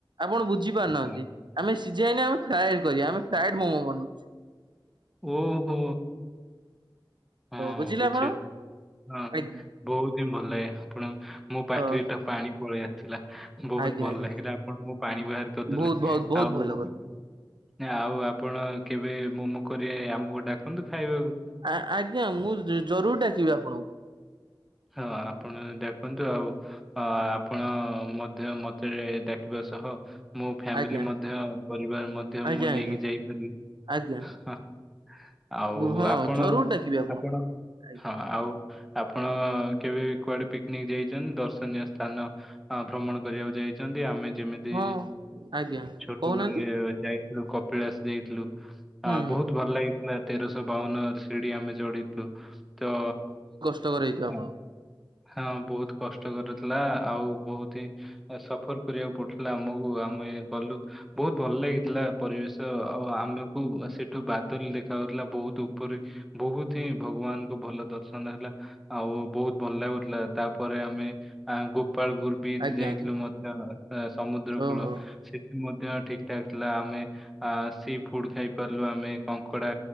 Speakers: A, on the right (about 65°); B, in the centre.
A: ଆପଣ ବୁଝିପାରୁନାହାନ୍ତି
B: ହଁ,
A: ଆମେ ସିଝେଇଆନି ଆମେ ଫ୍ରାଏ କରିବା ଆମେ ଫ୍ରାଏଡ୍ ମୋମୋ ବନୋଉ।
B: ଓହୋ ହୋ ହଁ
A: ବୁଝିଲେ
B: ବୁଝିଲି
A: ଆପଣ
B: ହଁ।
A: ଆଜ୍ଞା
B: ବୋହୁତି ହିଁ ଭଲ ଲାଗେ ଆପଣ ମୋ ପାଟିରେ
A: ହଁ
B: ତ ପାଣି ପଳେଇ ଆସିଲା। ବହୁତ୍
A: ଆଜ୍ଞା
B: ଭଲ
A: ଆଜ୍ଞା
B: ଲାଗିଲା ଆପଣ ମୋ ପାଣି ବାହାର କରିଦେଲେ
A: ବହୁତ ବହୁତ ବହୁତ
B: ଆଉ
A: ଭଲ
B: ଆଉ ଆପଣ କେବେ ମୋମୋ କରିବେ ଆମକୁ ଡାକନ୍ତୁ ଖାଇବାକୁ?
A: ଆ ଆଜ୍ଞା ମୁଁ ଜରୁରୀ ଡାକିବି ଆପଣଙ୍କୁ।
B: ହଁ ଆପଣ ଡାକନ୍ତୁ ଆଉ। ହଁ ଆପଣ ମଧ୍ୟ ମତେ ଡାକିବା ସହ ମୋ ଫ୍ୟାମିଲି
A: ଆଜ୍ଞା
B: ମଧ୍ୟ ପରିବାର ମଧ୍ୟ
A: ଆଜ୍ଞା
B: ମୁଁ
A: ଆଜ୍ଞା
B: ନେଇକି ଯାଇପାରିବି।
A: ଆଜ୍ଞା
B: ହଁ ଆଉ
A: ବୁ- ହଁ
B: ଆପଣ,
A: ଜରୁର ଡାକିବି ଆପଣଙ୍କୁ
B: ଆପଣ
A: ଆଜ୍ଞା।
B: ହଁ ଆଉ ଆପଣ ହଁ କେବେ ବି କୁଆଡେ ପିକ୍ନିକ୍ ଯାଇଛନ୍ତି, ଦର୍ଶନୀୟ ସ୍ଥାନ ଭ୍ରମଣ କରିବାକୁ ଯାଇ ଛନ୍ତି, ଆମେ ଯେମିତି
A: ହଁ ଆଜ୍ଞା
B: ଛୋଟବେଳେ
A: କହୁନାହାନ୍ତି
B: ଯାଇଥିଲୁ କ ପିଳାସ ଯାଇଥିଲୁ ଆ
A: ହୁଁ ହୁଁ
B: ବହୁତ ଭଲ ଲାଗି ଲା ତେରଶହ ବାଉନ ସିଡିି ଆମେ ଚଢିଥିଲୁ, ତ
A: ବ୍ରତଘର ହେଇଥିବ
B: ହଁ
A: ଆପଣ
B: ହଁ ବହୁତ୍ କଷ୍ଟକର ଥିଲା ଆଉ ବହୁତ୍ ହିଁ ଆ ସଫର୍ କରିବାକୁ ପଡୁଥିଲା ଆମକୁ ଆମେ ଗଲୁ। ବହୁତ ଭଲ ଲାଗିଥିଲା ପରିବେଶ ଆଉ ଆମକୁ ସେଠୁ ବାଦଲ୍ ଦେଖାଯାଉଥିଲା ବହୁତ ଉପରେ ବୋହୁତ୍ ହିଁ ଭଗବାନଙ୍କୁ ଭଲ ଦର୍ଶନ ହେଲା। ଆଉ ବହୁତ ଭଲ ଲାଗୁଥିଲା ତାପରେ ଆମେ ଆଁ ଗୋପାଳପୁର ବିଚ୍
A: ଆଜ୍ଞା
B: ଯାଇଥିଲୁ
A: ଆଜ୍ଞା
B: ମଧ୍ୟ ଆ ସମୁଦ୍ରକୂଳ
A: ଓହୋ
B: ସେ ମଧ୍ୟ ଠିକ୍ ଠାକ୍ ଥିଲା ଆମେ, ଆ ସି ଫୁଡ୍ ଖାଇ ପାରିଲୁ ଆମେ କଙ୍କଡା